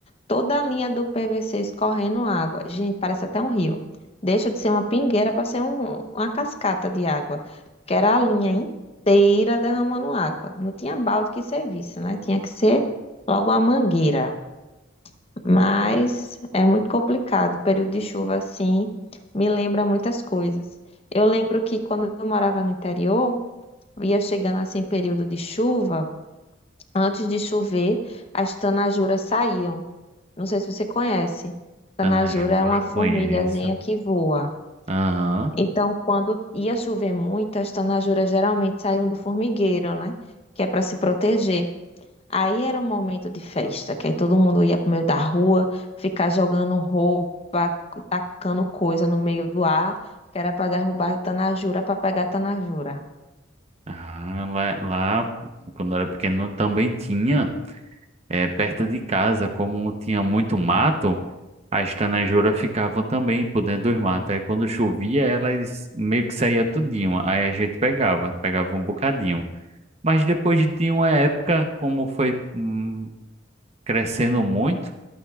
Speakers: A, on the left; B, on the right.
A: Toda a linha do PVC escorrendo água. Gente, parece até um rio. Deixa de ser uma pingueira para ser um- uma cascata de água. Que era a linha inteira derramando água. Não tinha balde que servisse, né? Tinha que ser logo uma mangueira. Mas é muito complicado. O Período de chuva, assim, me lembra muitas coisas. Eu lembro que quando eu morava no interior, ia chegando assim período de chuva, antes de chover, as tanajuras saíam. Não sei se você conhece. Tanajura
B: Ah, jura,
A: é uma formigazinha
B: conheço.
A: que voa.
B: Aham.
A: Então, quando ia chover muito, as tanajuras geralmente saíam do formigueiro, né? Que é para se proteger. Aí era um momento de festa, que aí todo mundo ia pro meio da rua, ficar jogando roupa, tacando coisa no meio do ar, que era para derrubar a tanajura, para pegar a tanajura.
B: Ah, lá, lá, quando eu era pequeno, também tinha, é, perto de casa, como tinha muito mato, as tanajuras ficavam também por dentro dos matos. Aí quando chovia, elas meio que saía tudinho. Aí a gente pegava, pegava um bocadinho. Mas depois de uma época, como foi hum, crescendo muito,